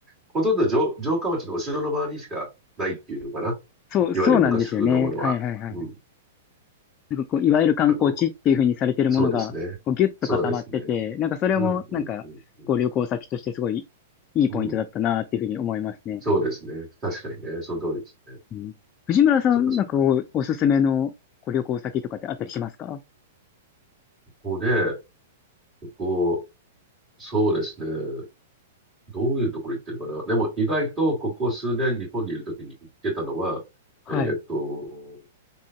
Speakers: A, on the right (about 25°); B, on the left (about 30°).
A: ほとんど城、城下町のお城の周りにしかないっていうのかな。
B: そう、
A: いわゆる昔風のものは。
B: そうなんですよね。はいはいはい。
A: うん。
B: なんかこう、いわゆる観光地っていう風にされてるものが、
A: あの、そうですね。
B: こう、ギュッと固まってて、
A: そうですね。
B: なんかそれも、
A: うん、うん、
B: なんか、
A: うん、う
B: こう、旅行先としてすごいいいポイントだったなっていう風に思いますね。
A: ん。うんそうですね。確かにね。その通りですね。
B: うん。藤村さん、
A: そっかそっか。
B: なんかこう、おすすめのこう旅行先とかってあったりしますか
A: こうね、こ行、そうですね。どういうところ行ってるかな。でも意外とここ数年日本にいるときに行ってたのは、
B: はい。
A: えっと、